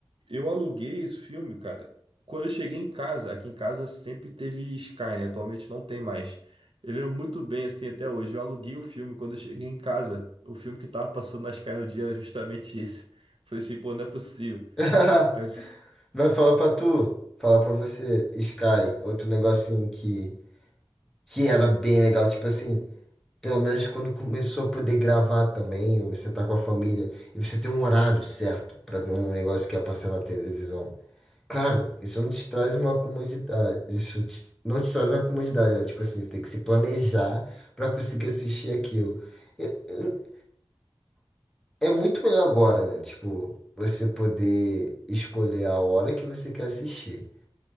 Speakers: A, on the right (about 70°); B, in the centre.
A: Eu aluguei esse filme, cara. Quando eu cheguei em casa, aqui em casa sempre teve Sky, né? Atualmente não tem mais. Ele é muito bem assim até hoje. Eu aluguei o filme quando eu cheguei em casa. O filme que tava passando na Sky no dia era justamente <laughs> esse. Falei assim, pô, não é possível.
B: <laughs>
A: Mas
B: Vai falar pra tu, falar pra você, Sky, outro negocinho que, que era bem legal, tipo assim, pelo menos quando começou a poder gravar também, ou você tá com a família, e você tem um horário certo pra ver um negócio que ia passar na televisão. Claro, isso não te traz uma comodidade, isso te- não te traz uma comodidade, né? Tipo assim, você tem que se planejar pra conseguir assistir aquilo. E- e- É muito melhor agora, né? Tipo, você poder escolher a hora que você quer assistir.